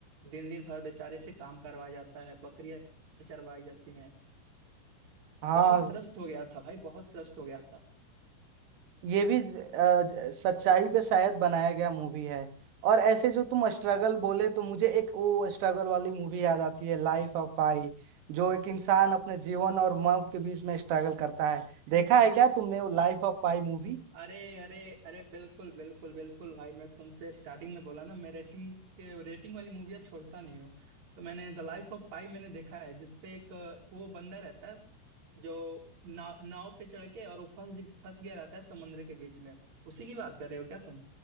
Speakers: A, on the right (about 40°); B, on the right (about 65°).
A: दिन दिन भर बेचारे से काम करवाया जाता है बकरियां चरवाई जाती हैं
B: हाँ
A: बहुत त्रस्त हो गया था भाई बहुत त्रस्त हो गया था
B: ये भी अ, ज- सच्चाई पे शायद बनाया गया मूवी है और ऐसे जो तुम स्ट्रगल बोले तो मुझे एक वो स्ट्रगल वाली मूवी याद आती है लाइफ ऑफ पाई जो एक इंसान अपने जीवन और मौत के बीच में स्ट्रगल करता है देखा है क्या तुमने वो लाइफ ऑफ पाई मूवी
A: अरे अरे अरे बिल्कुल बिल्कुल बिल्कुल भाई मैं तुमसे स्टार्टिंग में बोला ना मैं रेटिंग के रेटिंग वाली मूवियाँ छोड़ता नहीं हूँ तो मैंने द लाइफ ऑफ पाई मैंने देखा है जिसपे एक अ, वो बंदा रहता है जो ना, नाव पे चढ़ के और वो फंस फंस गया रहता है समुद्र के बीच में उसी की बात कर रहे हो क्या तुम